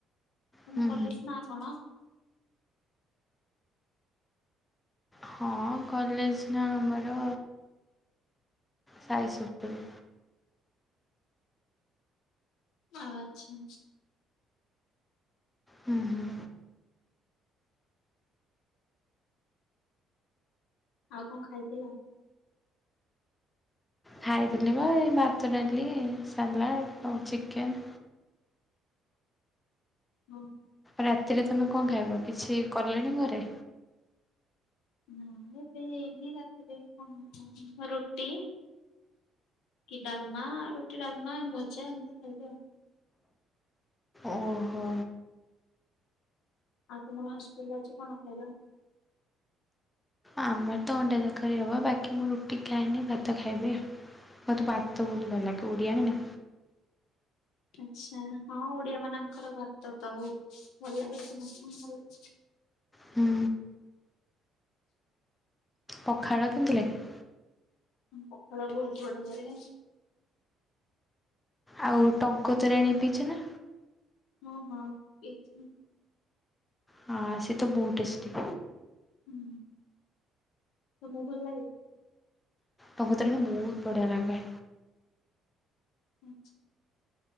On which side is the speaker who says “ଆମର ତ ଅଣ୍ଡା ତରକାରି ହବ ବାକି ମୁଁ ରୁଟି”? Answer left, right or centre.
Left